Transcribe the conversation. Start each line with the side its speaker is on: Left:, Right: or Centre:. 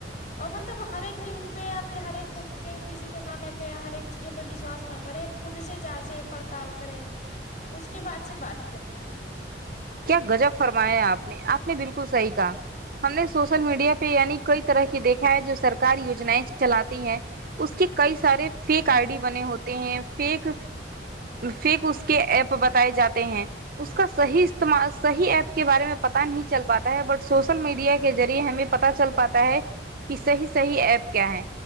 Left: اور مطلب ہر ایک لنک پہ یا پھر ہر ایک کسی کے کہںے پہ ہر ایک چیزوں پہ وشواس نہ کریں خود سے جانچے پڑتال کریں اس کے بعد سے بات کریں
Right: کیا گجب فرمایا آپ نے آپ نے بالکل صحیح کہا ہم نے سوشل میڈیا پہ یعنی کئی طرح کی دیکھا ہے جو سرکار یوجنایں چلاتی ہے اس کے کئی سارے فیک آئی ڈی بنے ہوتے ہیں فیک فیک اس کے ایپ بتائے جاتے ہیں اس کا صحیح صحیح ایپ کے بارے میں پتا نہیں چل پاتا ہے بٹ سوشل میڈیا کے ذریعے ہمیں پتا چل پاتا ہے کہ صحیح صحیح ایپ کیا ہیں